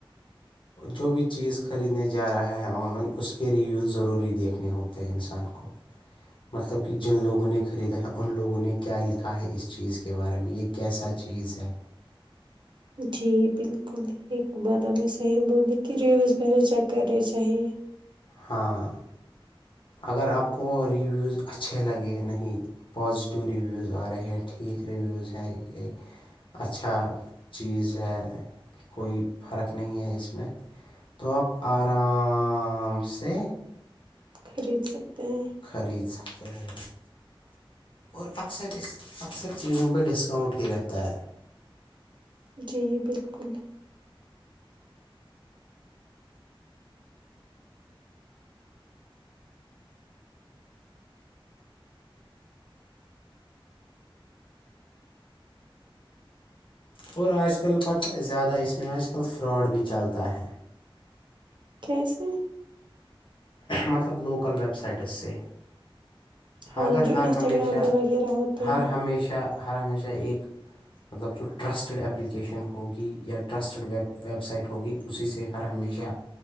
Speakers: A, on the left; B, on the right.
A: جو بھی چیز خریدنے جا رہا ہے آن لائن اس کے ریویو ضروری دیکھنے ہوتے ہیں انسان کو مطلب کہ جن لوگوں نے خریدا ہے ان لوگوں نے کیا لکھا ہے اس چیز کے بارے میں یہ کیسا چیز ہے
B: جی بالکل ایک بات ابھی صحیح بولی کہ ریویوز پہلے چیک کرنے چاہیے
A: ہاں اگر آپ کو ریویوز اچھے لگے نہیں پازیٹیو ریویوز آ رہے ہیں ٹھیک ریویوز ہیں یہ اچھا چیز ہے کوئی فرق نہیں ہے اس میں تو آپ آرام سے
B: خرید سکتے ہیں
A: خرید سکتے ہ اور اکثر اس اکثر چیزوں پہ ڈسکاؤنٹ ہی رہتا ہے
B: جی بالکل
A: اور آج کل پت زیادہ اس میں آج کل فراڈ بھی چلتا ہے
B: کیسے
A: مطلب لوکل ویب سائٹس سے
B: ہاں
A: اگر
B: جو
A: ہر
B: انسٹاگرام
A: ہمیشہ
B: پہ وغیرہ ہوتے
A: ہر
B: ہیں
A: ہمیشہ ہر ہمیشہ ایک مطلب جو ٹرسٹڈ اپلیکیشن ہوگی یا ٹرسٹڈ ویب ویب سائٹ ہوگی اسی سے ہر ہمیشہ